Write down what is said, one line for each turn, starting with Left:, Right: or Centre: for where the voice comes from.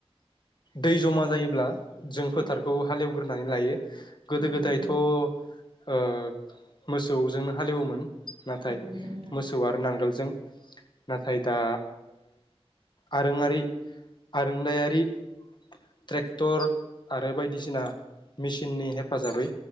Left: दै जमा जायोब्ला जों
Right: औ
Left: फोथारखौ हालेवग्रो होननानै लायो।
Right: औ
Left: गोदो
Right: औ
Left: गोदायथ'
Right: नंगौ
Left: ओ मोसौजोंनो हालेवोमोन। नाथाय
Right: औ नंगौ नोंथां
Left: मोसौ आरो नांगोल जों नाथाय ओ दा आरोङारि आरोंदायारि ट्रेक्टर आरो बायदिसिना मेसिननि हेफाजाबै